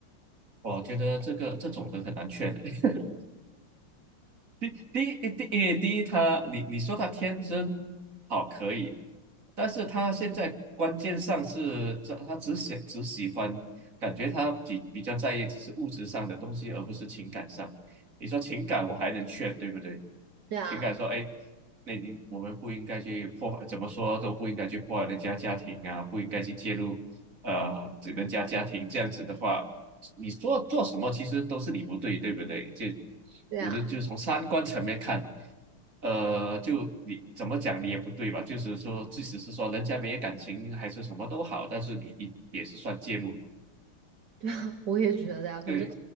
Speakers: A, on the right; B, on the right.
A: 我觉得这个这种的很难劝的。<laughs> 第第一第因为第一他你你说他天真好可以，但是他现在关键上是这他只想只喜欢，感觉他比比较在意只是物质上的东西，而不是情感上。你说情感我还能劝，对不对？
B: 对啊，
A: 情感说，哎，那你我们不应该去破坏，怎么说都不应该去破坏人家家庭啊，不应该去介入，呃，这人家家庭这样子的话，你做做什么其实都是你不对，对不对？就
B: 对啊，
A: 我的就是从三观层面看，呃，就你怎么讲你也不对吧？就是说，即使是说人家没有感情还是什么都好，但是你你也是算介入嘛，
B: 对啊，<laughs> 我也觉得呀、反正
A: 对。